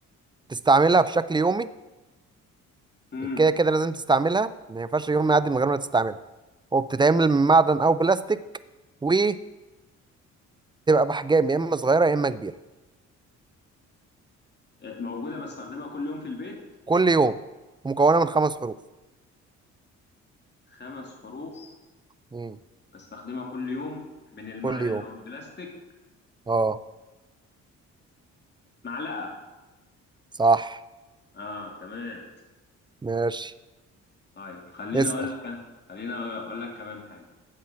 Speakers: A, on the right (about 15°); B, on the left (about 35°).
A: تستعملها بشكل يومي
B: امم
A: كده كده لازم تستعملها ما ينفعش يوم ما يعدي من غير ما تستعملها وبتتعمل من معدن او بلاستيك وبتبقى باحجام يا اما صغيره يا اما كبيره
B: موجودة بستخدمها كل يوم في البيت
A: كل يوم ومكونه من خمس حروف
B: خمس حروف
A: مم.
B: بستخدمها كل يوم من المعدن
A: كل يوم
B: أو البلاستيك
A: اه
B: معلقة
A: صح
B: آه تمام
A: ماشي
B: طيب خليني
A: اسال
B: أقول لك أنا خليني أقول لك كمان حاجة